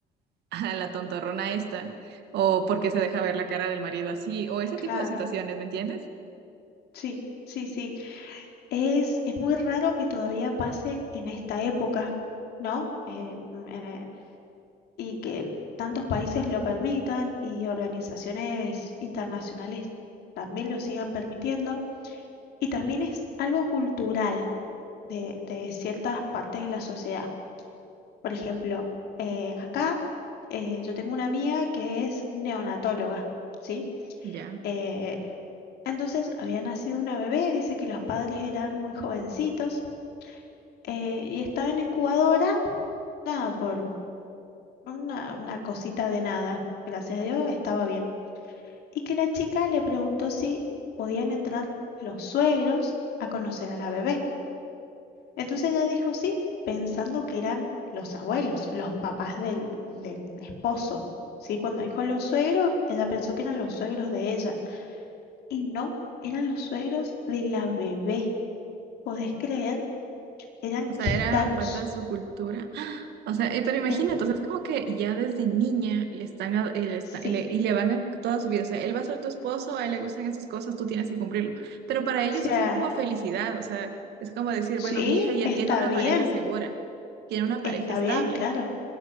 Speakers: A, on the right; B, on the left.
A: <laughs> a la tontorrona esta, o porque se deja ver la cara del marido así, o ese
B: Claro,
A: tipo de situaciones, ¿me entiendes?
B: sí, sí, sí. Es, es muy raro que todavía pase en esta época, ¿no? Eh, mm, en, eh, y que tantos países lo permitan y organizaciones internacionales también lo sigan permitiendo. Y también es algo cultural de, de ciertas partes de la sociedad. Por ejemplo, eh, acá eh, yo tengo una amiga que es neonatóloga, ¿sí?
A: Ya.
B: Eh, Entonces había nacido una bebé, dice que los padres eran muy jovencitos eh, y estaba en incubadora, nada, por una, una cosita de nada, gracias a Dios estaba bien. Y que la chica le preguntó si podían entrar los suegros a conocer a la bebé. Entonces ella dijo sí, pensando que eran los abuelos, los papás del, del esposo. Sí, cuando dijo los suegros, ella pensó que eran los suegros de ella y no, eran los suegros de la bebé. ¿Podés creer? eran
A: O sea,
B: gitanos.
A: era parte de su cultura. O sea, eh, pero imagínate,
B: Eh,
A: o sea, es como que ya desde niña le están, a- eh, le está-
B: sí,
A: le-
B: o
A: y le van a toda su vida, o sea, él va a ser tu esposo, a él le gustan esas cosas, tú tienes que cumplirlo. Pero para ellos
B: sea,
A: eso es como felicidad, o sea, es como decir,
B: sí,
A: bueno, mi hija ya
B: está
A: tiene una
B: bien,
A: pareja segura, tiene una pareja
B: está
A: estable.
B: bien, claro.